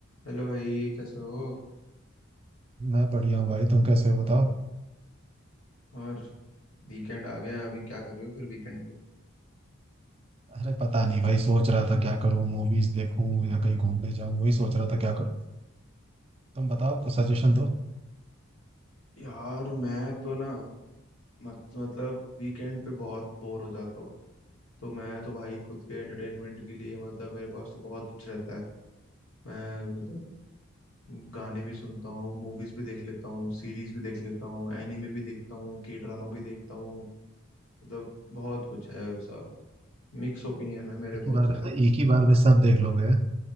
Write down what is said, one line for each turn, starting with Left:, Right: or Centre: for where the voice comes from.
Left: Hello भाई कैसे हो
Right: मैं बढ़िया हूँ भाई तुम कैसे हो बताओ
Left: और वीकेंड आ गया अभी क्या कर रहे हो फिर वीकेंड पे
Right: अरे पता नहीं भाई सोच रहा था क्या करूँ मूवीज देखूँ या कहीं घूमने जाऊँ वही सोच रहा था क्या करूँ तुम बताओ कुछ सजेशन दो
Left: यार मैं तो ना मत, मतलब वीकेंड पे बहुत बोर हो जाता हूँ तो मैं तो भाई खुद के एंटरटेनमेंट के लिए मतलब मेरे पास तो बहुत कुछ रहता है मैं मतलब गाने भी सुनता हूँ मूवीज भी देख लेता हूँ सीरीज भी देख लेता हूँ एनीमे भी देखता हूँ के ड्रामा भी देखता हूँ मतलब बहुत कुछ है ऐसा मिक्स ओपिनियन है मेरे
Right: एक ही
Left: बहुत
Right: बार
Left: सारे
Right: एक ही बार में सब देख लोगे